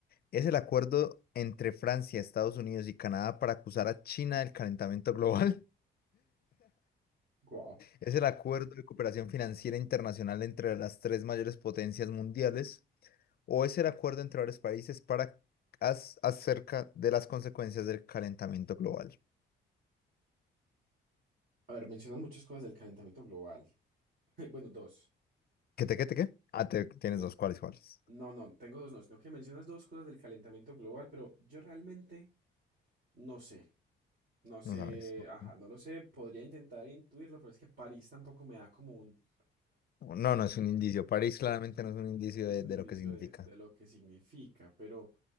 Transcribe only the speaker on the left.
¿Es el acuerdo entre Francia, Estados Unidos y Canadá para acusar a China del calentamiento global?
Es el Acuerdo de Cooperación Financiera Internacional entre las tres mayores potencias mundiales o es el acuerdo entre varios países para as- acerca de las consecuencias del calentamiento global.
¿Qué te, qué te, qué? Ah, te- tienes
dos. ¿Cuáles, cuáles?
No sabes. Ok.
No,
no es un indicio. París
claramente no es un indicio
de,
de
lo que significa.